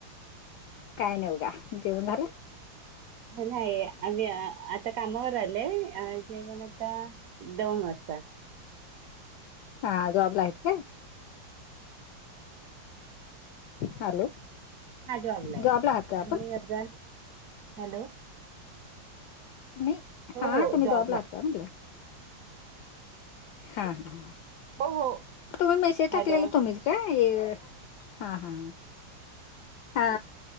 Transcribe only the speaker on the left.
काय नाही बघा जेवन झालं.
हा जॉब हायत काय. हॅलो!
जॉबला आहात का आपण
नाही
हा
तुम्ही जॉबला आहात
का म्हटलं? हा ह
तुम्ही मेसेज टाकलेलं
तुम्हीच. काय हे हा हा हा